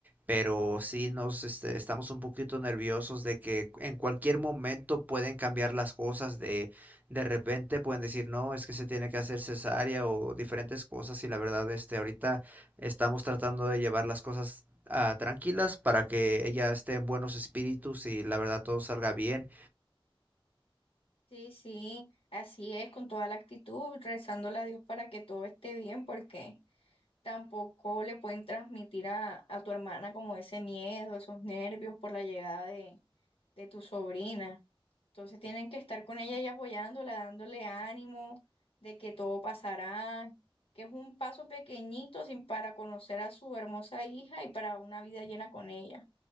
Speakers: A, on the right; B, on the left.
A: Pero sí nos este, estamos un poquito nerviosos de que en cualquier momento pueden cambiar las cosas de de repente pueden decir, no, es que se tiene que hacer cesárea o diferentes cosas y la verdad, este, ahorita estamos tratando de llevar las cosas ah, tranquilas para que ella esté en buenos espíritus y la verdad todo salga bien.
B: Sí, sí, así es, con toda la actitud, rezándole a Dios para que todo esté bien, porque... tampoco le pueden transmitir a, a tu hermana como ese miedo, esos nervios por la llegada de, de tu sobrina. Entonces tienen que estar con ella y apoyándola, dándole ánimo de que todo pasará, que es un paso pequeñito sin para conocer a su hermosa hija y para una vida llena con ella.